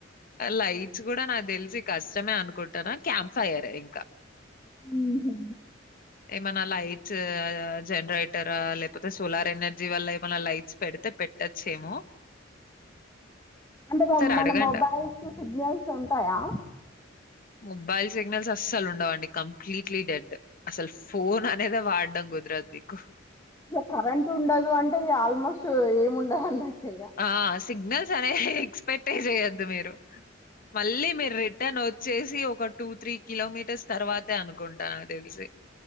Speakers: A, on the left; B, on the left.
A: లైట్స్ కూడా నాకు తెలిసి కష్టమే అనుకుంటుర క్యాంప్ ఫైయరే ఇంకా
B: ఉహు
A: ఏమైనా లైట్స్ జనరేటర్ ఆ లేకపోతే సోలార్ ఎనర్జీ వల్ల ఏమైనా లైట్స్ పెడితే పెట్టచ్చు ఏమో
B: అంటే బ మన
A: అడగండి
B: మొబైల్స్ సిగ్నల్స్ ఉంటాయా
A: మొబైల్ సిగ్నల్స్ అసల్ ఉండవండి కంప్లీట్ ఇట్లీ డెడ్ అసలు ఫోన్ అనేది వాడమ్ కుదరద్ నీకు
B: ఇక కరెంట్ ఉండదు అంటే ఇక ఆల్మోస్ట్ ఏము ఉండదు అన్నట్టే ఇక
A: ఆ! సిగ్నల్స్ అనే ఎక్స్పెక్ట్ చేయొద్దు మీరు మళ్ళీ మీరు రిటర్న్ వ చ్చేసి ఒక టూ త్రీ కిలోమీటర్స్ తర్వాతే అనుకుంటాను తెలిసి